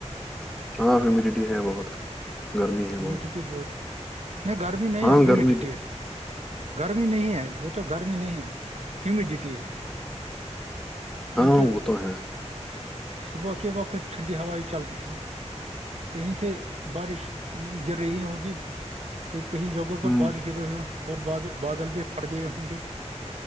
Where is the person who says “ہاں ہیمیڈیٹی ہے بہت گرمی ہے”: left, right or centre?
Centre